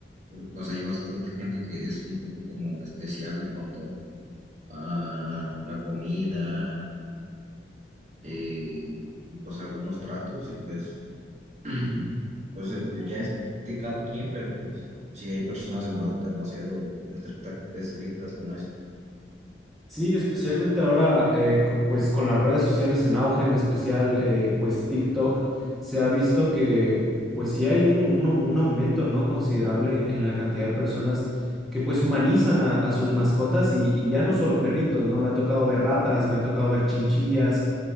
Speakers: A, on the right; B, in the centre.
A: porque pues hay bastante gente que es un poco como especial en cuanto a la comida, eh, pues algunos tratos y pues, <clears throat> pues eh, ya es de cada quien, pero pues sí hay personas dema- demasiado estricta- estrictas con esto.
B: Sí, especialmente ahora, eh, co- pues con las redes sociales en auge, en especial, eh, pues TikTok, se ha visto que, pues sí hay un, un un aumento, ¿no? Considerable en la cantidad de personas que pues humanizan a, a sus mascotas y, y ya no solo perritos, ¿no? Me ha tocado ver ratas, me ha tocado ver chinchillas,